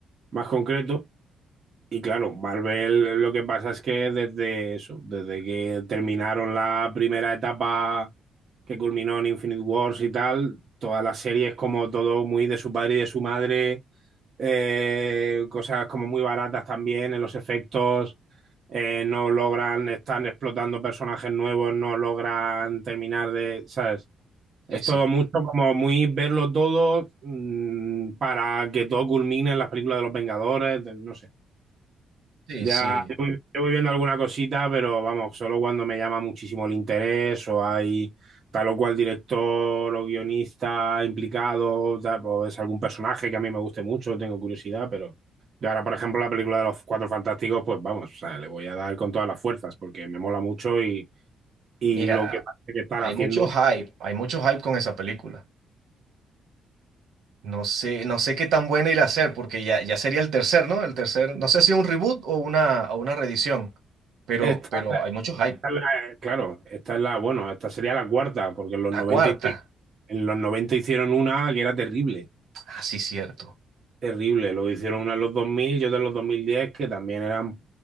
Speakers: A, on the right; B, on the right.
A: más concreto. Y claro, Marvel lo que pasa es que desde eso, desde que terminaron la primera etapa que culminó en Infinite Wars y tal, todas las series como todo muy de su padre y de su madre eh, cosas como muy baratas también en los efectos, eh, no logran, están explotando personajes nuevos, no logran terminar de, ¿sabes? Es
B: Sí, sí.
A: todo mucho como muy verlo todo mm, para que todo culmine en las películas de los Vengadores, de- no sé.
B: Sí,
A: Ya,
B: sí.
A: yo voy, yo voy viendo alguna cosita, pero vamos, solo cuando me llama muchísimo el interés o hay tal o cual director o guionista implicado, tal, o es algún personaje que a mí me guste mucho, tengo curiosidad, pero yo ahora, por ejemplo, la película de los Cuatro Fantásticos, pues vamos, o sea, le voy a dar con todas las fuerzas porque me mola mucho y, y
B: Mira,
A: lo que parece que están
B: hay
A: haciendo.
B: mucho hype, hay mucho hype con esa película. No sé, no sé qué tan buena irá a ser, porque ya, ya sería el tercer, ¿no? El tercer, no sé si un reboot o una, o una reedición, pero,
A: Esta
B: pero hay mucho hype.
A: es la- claro, esta es la, bueno, esta sería la cuarta, porque en los 90
B: La cuarta,
A: hicieron- en los 90 hicieron una que era terrible.
B: ah, sí, cierto.
A: Terrible, lo hicieron uno en los 2000 y otro en los 2010 que también eran